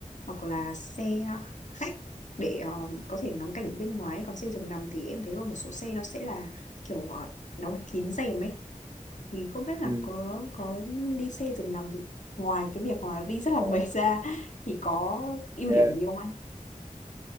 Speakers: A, on the left (about 65°); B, on the right (about 25°).
A: hoặc là xe khách để ờ, có thể ngắm cảnh bên ngoài còn xe giường nằm thì em thấy là một số xe nó sẽ là kiểu ờ, đóng kín rèm ấy thì không biết là
B: ừ.
A: có có đi xe giường nằm thì ngoài cái việc mà đi rất
B: Ờ,
A: là mệt ra thì có ưu
B: yeah.
A: điểm gì không anh?